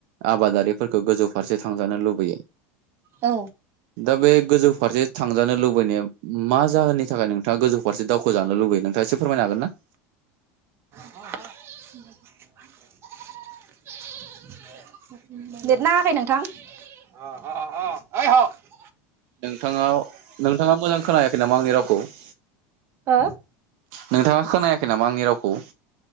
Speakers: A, on the right (about 65°); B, on the right (about 40°).
A: आबादारिफोरखौ गोजौ फारसे थांजानो लुबैयो।
B: औ
A: दा बे गोजौ फारसे थांजानो लुबैनाया मा जाहोननि थाखाय नोंथाङा गोजौ फारसे दावखोजानो लुबैयो नोंथाङा एसे फोरमायनो हागोन ना?
B: <unintelligible> नेट नाङाखै नोंथां <unintelligible>
A: नोंथाङा नोंथाङा मोजां खोनायाखै नामा आंनि रावखौ? <unintelligible>
B: हो
A: नोंथाङा खोनायाखै नामा आंनि रावखौ